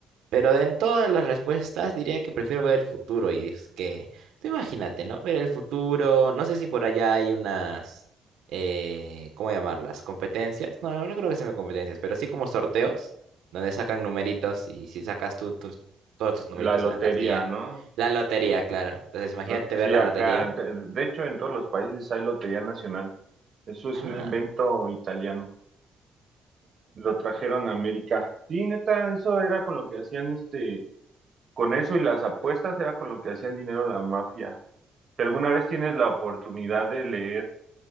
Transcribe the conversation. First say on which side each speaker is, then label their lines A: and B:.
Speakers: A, on the right (about 80°); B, on the right (about 50°).
A: Pero de en todas las respuestas diría que prefiero ver el futuro y es que, tú imagínate, ¿no? Ver el futuro, no sé si por allá hay unas, eh, ¿cómo llamarlas? ¿Competencias? No, no no creo que sean competencias, pero sí como sorteos, donde sacan numeritos y si sacas tú tus- todos tus numeritos
B: la lotería,
A: en la cartilla,
B: ¿no?
A: la lotería, claro. Entonces imagínate
B: Lo- Sí,
A: ver la
B: acá,
A: lotería.
B: de, de hecho en todos los países hay Lotería Nacional. Eso es
A: Ah.
B: un invento italiano. Lo trajeron a América. Sí, neta, eso era con lo que hacían este, con eso y las apuestas era con lo que hacían dinero la mafia. Si alguna vez tienes la oportunidad de leer